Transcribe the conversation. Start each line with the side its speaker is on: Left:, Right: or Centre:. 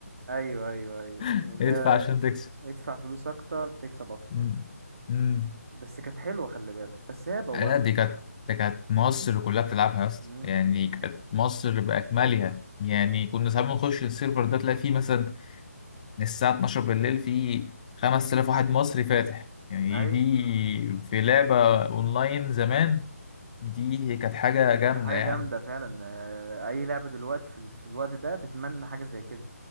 Right: ايوه ايوه ايوه
Left: <laughs>
Right: ايوه اللي
Left: ادفع
Right: هي
Left: عشان تكسب
Right: ادفع فلوس اكتر تكسب اكتر
Left: أمم، أمم.
Right: بس كانت حلوه خلي بالك بس هي بوخت
Left: لا دي كانت دي كانت مصر كلها بتلعبها يا اسطى
Right: مم.
Left: يعني كانت مصر بأكملها يعني كنا ساعات بنخش السيرفر ده تلاقي فيه مثلا من الساعة 12 بالليل فيه 5000 واحد مصري فاتح يعني
Right: ايوه
Left: دي في لعبة أونلاين زمان دي كانت حاجة جامدة
Right: حاجه
Left: يعني
Right: جامده فعلا آه، اي لعبه دلوقتي في, ال- في الوقت ده تتمنى حاجه زي كده